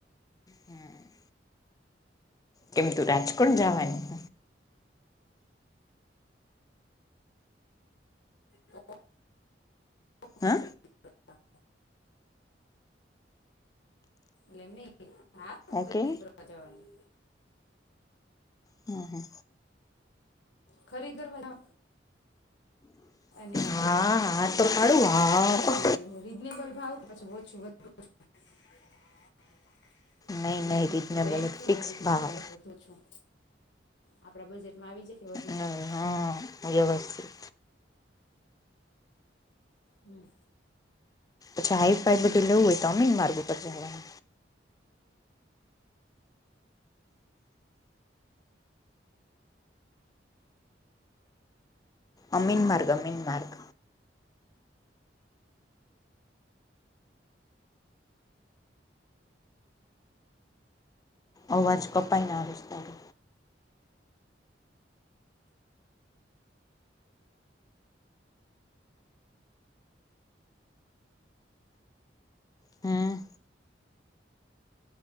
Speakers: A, on the left (about 20°); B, on the left (about 80°).
A: હમ્મ કેમ તું રાજકોટ જવાની?
B: <inaudible> <inaudible>
A: હા
B: એટલે એમ નહિ હા ખરીદી
A: ઓકે
B: કરવા જવાની
A: હમ્મ હમ્મ
B: ખરી કરવા અને
A: હા હા
B: એમ
A: તો પાડું હા
B: નાઇ રીઝનેબલ ભાવ પછી ઓછું વધતું <unintelligible>
A: નહી
B: રિજ
A: નહી રીઝનેબલ
B: રેન્ટ કેલું
A: ફિક્સ
B: રીઝનબલ
A: ભાવ
B: વધુ ઓછું આપડા બજેટમાં આવી જાય કે વધુ
A: હમ્મ
B: થાય
A: હા વ્યવસથી
B: હમ્મ
A: અચ્છા હાઈ ફાય બધું લેવું હોય તો અમીન માર્ગું પર જાવાનુ અમીન માર્ગ અ મીન માર્ગ અવાજ કપાઈ ન આવે છે તારો હમ